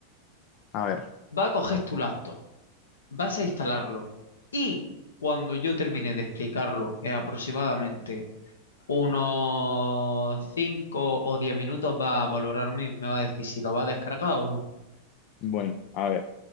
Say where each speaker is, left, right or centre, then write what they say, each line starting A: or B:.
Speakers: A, on the left; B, on the left.
A: A ver,
B: Vas a coger tu laptop, vas a instalarlo y cuando yo termine de explicarlo en aproximadamente unos 5 o 10 minutos va a valorarme y me va a decir si lo va a descargar o no.
A: bueno, a ver,